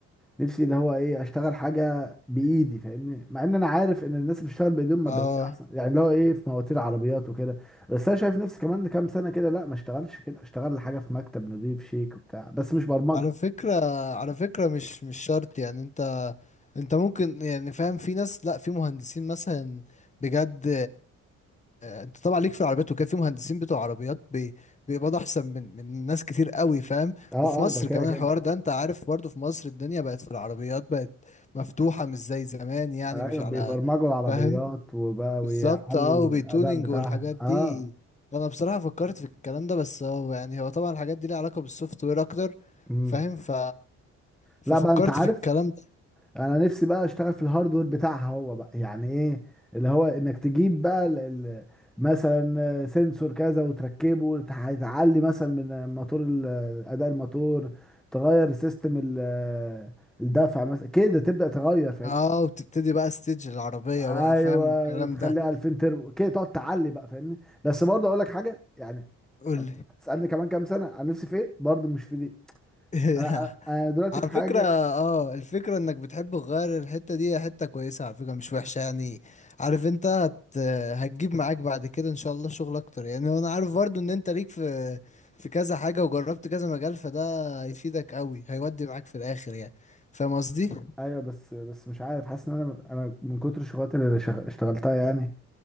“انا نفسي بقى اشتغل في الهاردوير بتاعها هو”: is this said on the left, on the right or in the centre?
Centre